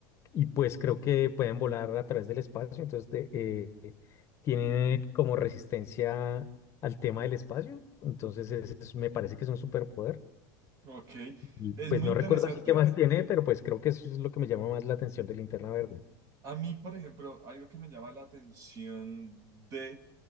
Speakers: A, on the left; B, on the right.
A: y pues creo que pueden volar a través del espacio. Entonces, de- eh, eh, tienen como resistencia al tema del espacio. Entonces, ese es- me parece que es un superpoder.
B: Ok,
A: Y
B: es
A: pues
B: muy
A: no
B: interesante.
A: recuerdo así qué más tiene, pero pues creo que eso es lo que me llama más la atención del linterna verde.
B: A mí, por ejemplo, algo que me llama la atención de